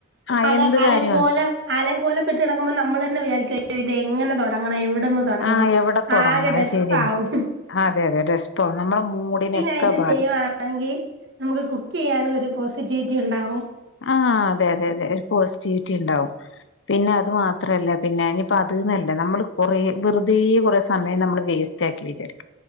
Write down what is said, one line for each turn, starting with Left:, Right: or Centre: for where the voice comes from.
Left: ആ
Right: അല
Left: എന്ത്
Right: അലങ്കോലം
Left: കാര്യ
Right: അലങ്കോലപ്പെട്ട് കിടക്കുമ്പോ നമ്മള് തന്നെ വിചാരിക്ക് അ യ്യോ ഇത് എങ്ങനെ തുടങ്ങണം? എവിടന്ന് തുടങ്ങണം?
Left: ആ എവിടെ തുടങ്ങണം
Right: ആകെ
Left: അത്
Right: ഡസ്പ്പ്
Left: ശരിയാണ്
Right: ആവും. ഹ്
Left: അതെ, അതെ ഡെസ്പ്പ് ആവും നമ്മളെ മൂടിനൊക്കെ
Right: ആയിട്ട്
Left: ബാ
Right: ചെയ്യുവാണെങ്കിൽ നമുക്ക് കുക്ക് ചെയ്യാനും ഒരു പോസിറ്റിവിറ്റി ഇ ണ്ടാവും.
Left: ആഹ്, അതെ, അതെ, അതെ ഒരു പോസിറ്റിവിറ്റി ഉണ്ടാവും. പിന്നെ അത് മാത്രല്ല പിന്നെ ഇഞ്ഞ്പ്പോ അത് എന്നല്ല നമ്മള് കുറേ വെറുതെ കുറേ സമയം നമ്മള് വേസ്റ്റ് റ്റ് ആക്കി വിചാരിക്കും.